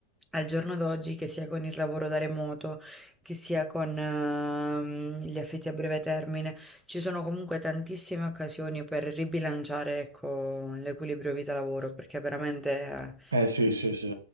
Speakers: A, in the centre; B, on the right.
A: al giorno d'oggi, che sia con il lavoro da remoto, che sia con ehm, gli affitti a breve termine, ci sono comunque tantissime occasioni per ribilanciare, ecco, l'equilibrio vita-lavoro, perché veramente eh,
B: Eh sì, sì, sì.